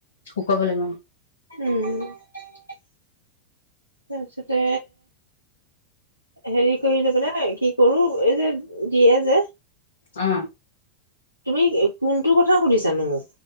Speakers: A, on the left (about 65°); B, on the right (about 85°).
A: শুকাব লাগিব
B: উম তাৰপিছতে হেৰি কৰিলৈ পেলাই কি কৰো এই যে দিয়ে যে
A: অ।
B: তুমি কোনটো কথা সুধিছানো মোক